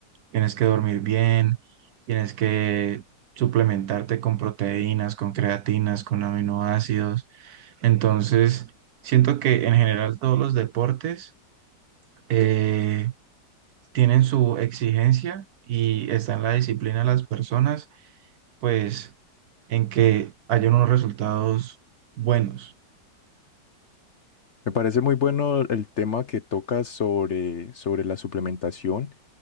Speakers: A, on the right; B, on the left.
A: tienes que dormir bien, tienes que suplementarte con proteínas, con creatinas, con aminoácidos. Entonces, siento que en general todos los deportes... eh, tienen su exigencia y está en la disciplina de las personas, pues en que haya unos resultados buenos.
B: Me parece muy bueno el tema que tocas sobre, sobre la suplementación.